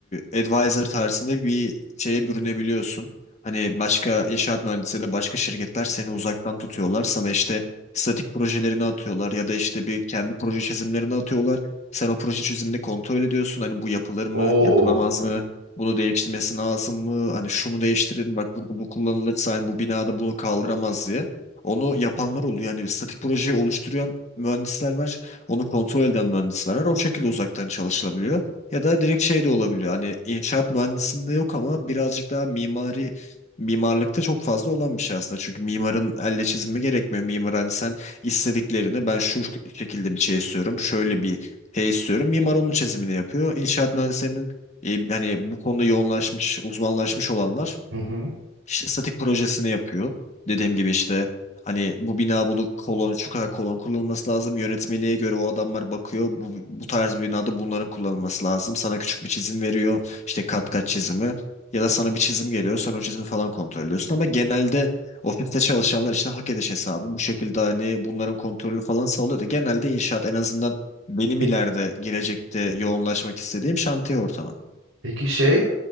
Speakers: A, on the left; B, on the right.
A: advisor tarzında bir şeye bürünebiliyorsun. Hani başka inşaat mühendisleri de başka şirketler seni uzaktan tutuyorlar. Sana işte statik projelerini atıyorlar ya da işte bir kendi proje çizimlerini atıyorlar. Sen o proje çizimini kontrol ediyorsun. Hani bu yapılır mı,
B: Oo.
A: yapılamaz mı? Bunu değiştirmesi lazım mı? Hani şunu değiştirin bak burada bu kullanılırsa hani bu binada bunu kaldıramaz diye. Onu yapanlar oluyor. Yani statik projeyi oluşturan mühendisler var. Onu kontrol eden mühendisler var. O şekilde uzaktan çalışılabiliyor. Ya da direkt şey de olabiliyor. Hani inşaat mühendisliğinde yok ama birazcık daha mimari mimarlıkta çok fazla olan bir şey aslında. Çünkü mimarın elle çizimi gerekmiyor. Mimar hani sen istediklerini ben şu şekilde bir şey istiyorum. Şöyle bir şey istiyorum. Mimar onun çizimini yapıyor. İnşaat mühendislerinin e, hani bu konuda yoğunlaşmış, uzmanlaşmış olanlar
B: Hı hı.
A: işte statik projesini yapıyor. Dediğim gibi işte hani bu bina bunu kolon şu kadar kolon kullanılması lazım. Yönetmeliğe göre o adamlar bakıyor. Bu, bu tarz bir binada bunların kullanılması lazım. Sana küçük bir çizim veriyor. işte kat kat çizimi. Ya da sana bir çizim geliyor. Sen o çizimi falan kontrol ediyorsun. Ama genelde ofiste çalışanlar işte hak ediş hesabı. Bu şekilde hani bunların kontrolünü falan sağlıyor da genelde inşaat en azından benim
B: Peki,
A: ileride gelecekte yoğunlaşmak istediğim şantiye ortamı.
B: peki şey